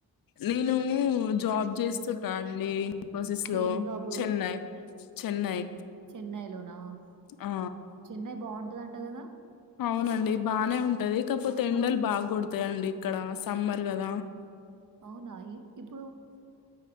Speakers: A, on the left; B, on the right.
A: నేను జాబ్ చేసి చుట అండీ ప్రాసెస్లో
B: ఏం జాబు?
A: చెన్నై చెన్నై
B: చెన్నైలోనా?
A: ఆ
B: చెన్నై బావుంటదంట గదా!
A: అవునండి బా నే ఉంటది కాకపోతే ఎండలు బాగా కొడతాయిండి ఇక్కడ సమ్మర్ కదా
B: అవునా ఇ ఇప్ప